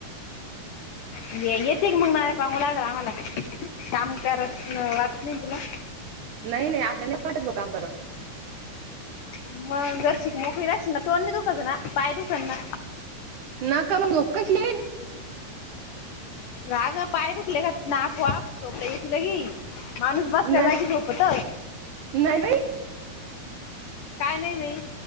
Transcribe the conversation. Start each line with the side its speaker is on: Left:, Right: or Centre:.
Left: येते की मग ना सांगून राहील आम्हाला काम करत वाटत नाही तुला.
Right: नाही नाही आपल्याला नाही वाटत बा काम करत
Left: मग जर अशी मोकळी राहशील ना तोंड नाही दुखात ना पाय दुखातना.
Right: नका मग कशी आहे.
Left: का गं पाय दुखले का नाक, वाफ, गोळी घेतली की नाही. माणूस बसल्या
Right: नाही
Left: जागी झोपत.
Right: नाही. बाई,
Left: काय नाही नाही.